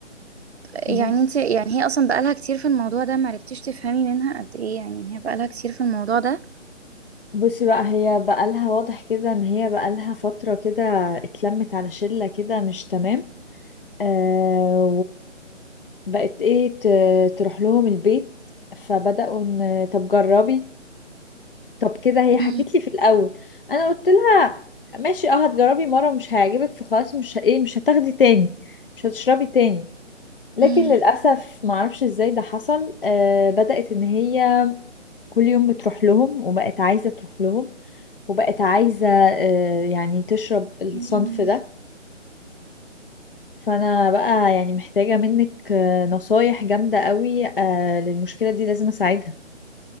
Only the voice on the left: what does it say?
بس
بصي بقى هي بقالها واضح كده ان هي بقالها فترة كده اتلمت على شلة كده مش تمام آه وبقت ايه ت- تروح لهم البيت فبدأوا ان طب جربي طب كده هي حكت
لي في الاول انا قلت لها ماشي اه هتجربي مرة مش هيعجبك فخلاص مش ه- ايه مش هتاخدي تاني مش هتشربي تاني لكن
للأسف معرفش ازاي ده حصل آه بدأت ان هي كل يوم بتروح لهم وبقت عايزة تروح لهم وبقت عايزة آه، يعني تشرب الصنف
ده فأنا بقى يعني محتاجة منك آه، نصايح جامدة قوي آه، للمشكلة دي لازم أساعدها